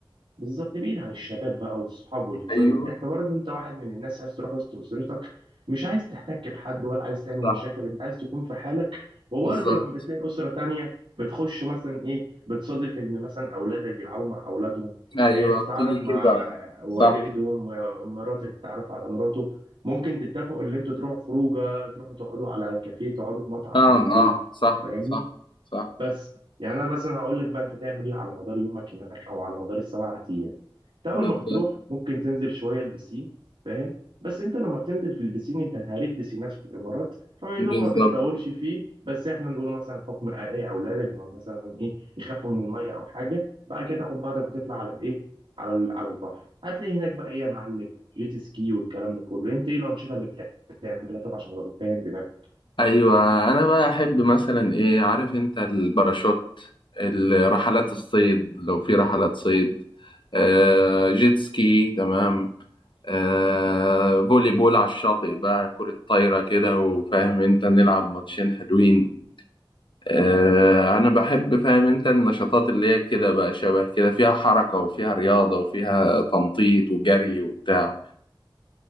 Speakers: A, on the right (about 85°); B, on the left (about 65°).
A: بالظبط بعيد عن الشباب بقى والصحاب والهزار
B: أيوه
A: والضحك برضه انت واحد من الناس عايز تروح وسط اسرتك مش عايز تحتك بحد ولا عايز تعمل
B: صح
A: مشاكل انت عايز تكون في حالك وبرضه
B: بالظبط
A: لما بتلاقي اسره تانية بتخش مثلا ايه بتصادف ان مثلا اولادك بيلعبوا مع اولادهم
B: أيوه
A: اه بتتعرف
B: بتيجي
A: مع
B: كده
A: والدهم
B: صح
A: ومراتك بتتعرف على مراته ممكن تتفقوا ان انتوا تروحوا خروجه تروحوا تقعدوا على كافيه تقعدوا في مطعم
B: آه
A: بالليل
B: آه صح
A: فاهمني
B: صح صح
A: بس يعني انا مثلا هقول لك بقى انت تعمل ايه على مدار يومك هناك او على مدار السبع ايام انت اول
B: بالظبط
A: ما بتروح ممكن تنزل شويه البسين فاهم بس انت لما بتنزل في البسين انت هريت بسينات في الامارات فيا
B: بالظبط
A: دوب ما بتطولش فيه بس احنا نقوله مثلا حكم ايه اولادك ما مثلا ايه يخافوا من الميه او حاجه بعد كده تاخد بعضك وتطلع على الايه على ال- على البحر هتلاقي هناك بقى ايه يا معلم جيت سكي والكلام ده كله انت ايه الانشطه اللي بتحب تعملها طبعا عشان ابقى فاهم دماغك
B: ايوه انا بقى احب مثلا ايه عارف انت الباراشوت الرحلات الصيد لو في رحلات صيد آه جيت سكي تمام آه فولي بول على الشاطئ بقى كرة طايرة كده وفاهم انت نلعب ماتشين حلوين آه انا بحب فاهم انت النشاطات اللي هي كده بقى شبه كده فيها حركة وفيها رياضة وفيها تنطيط وجري وبتاع